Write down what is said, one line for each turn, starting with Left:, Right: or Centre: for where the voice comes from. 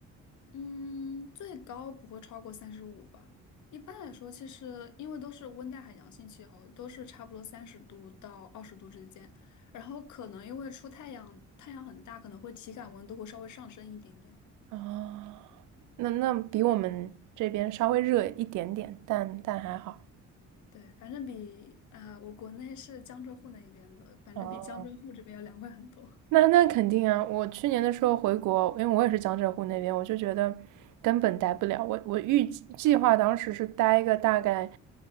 Left: 嗯，最高不会超过三十五吧。一般来说，其实因为都是温带海洋性气候，都是差不多三十度到二十度之间。然后可能因为出太阳，太阳很大，可能会体感温度会稍微上升一点点。
Right: 啊、那那比我们这边稍微热一点点，但但还好。
Left: 对，反正比啊、我国内是江浙沪那一边的，反正比江浙沪这边要凉快很多。
Right: 哦那那肯定啊！我去年的时候回国，因为我也是江浙沪那边，我就觉得根本待不了。我我预计计划当时是待个大概